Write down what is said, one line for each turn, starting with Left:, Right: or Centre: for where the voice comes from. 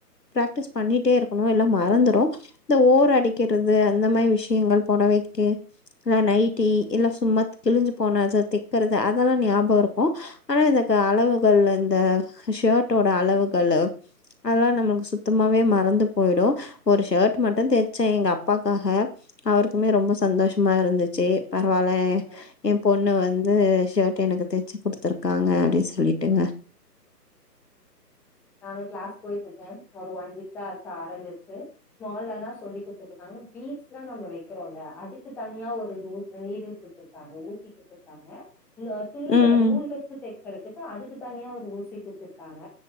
Left: பிராக்டிஸ் பண்ணீட்டே இருக்கனு இல்ல மறந்துரு இந்த ஓர அடிக்கிறது அந்த மாரி விஷ் ஷியங்கள் பொடவைக்கு இல்ல நைட்டி இல்லா சும்மாத் கிழிஞ்சு போன அது தெக்கறது அதெல்லா ஞ்யாபோ இருக்கு ஆனா இந்த க அளவுகள் இந்த ஷேர்ட்டோட அளவுகள்லு அதல்லா நமக்கு சுத்தமாவே மறந்து போயிடு ஒரு ஷேர்ட் மட்டு தெச்சேன் எங்க அப்பாக்காஹ அவருக்குமே ரொம்ப சந்தோஷமா இருந்துச்சு பரவால
Centre: ம்
Left: என் பொண்ணு வந்து ஷேர்ட் எனக்கு தெச்சு குடுத்துருக்காங்க அடி சொல்லிட்டுங்க
Centre: நானு கிளாஸ் போயிட்டுருக்கே ஒரு ஒன் வீக்தா ஆச்சி ஆரம்பிச்சு மோல்லதான் சொல்லி குடுத்துட்டுருக்காங்க பீட்ஸ்ல்லாம் நம்ப வைக்கிறோல்ல அதுக்கு தனியா ஒரு நீடில் குத்துருக்காங்க ஊசி குடுத்துருக்காங்க துணி
Left: ம்.
Centre: நூல் வச்சு தெக்கறதுக்கு அதுக்கு தனியா ஊசி கு துருக்காங்க